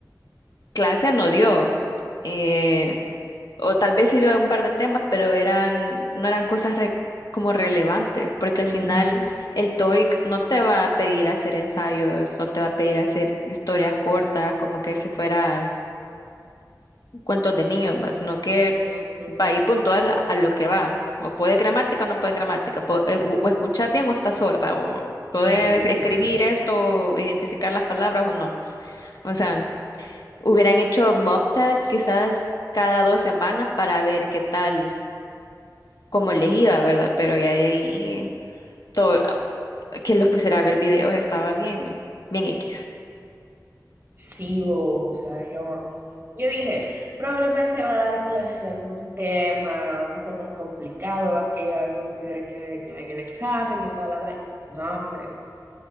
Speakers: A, on the left (about 65°); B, on the right (about 35°).
A: clase no dio. eh, o tal vez sí yo un par de temas, pero eran, no eran cosas re- como relevantes, porque al
B: ujú,
A: final el TOEIC no te va a pedir hacer ensayos, no te va a pedir hacer historias cortas, como que si fuera cuentos de niños, va, sino que
B: ujú,
A: va a ir puntual a, a lo que va. O puede gramática o no puede gramática, po- eh, o, o escuchas bien o estás sorda, o puedes
B: ujú.
A: escribir esto, identificar las palabras o no. O sea, hubieran hecho mock test quizás cada dos semanas para ver qué tal cómo les iba, ¿verdad? Pero ya de ahí todo, que los pusiera a ver videos estaba bien, bien X.
B: Sí, vos, o sea, yo, yo dije, probablemente va a dar clase de algún tema, un tema complicado, va que ella considere que en el examen y toda la vaina. No, hombre.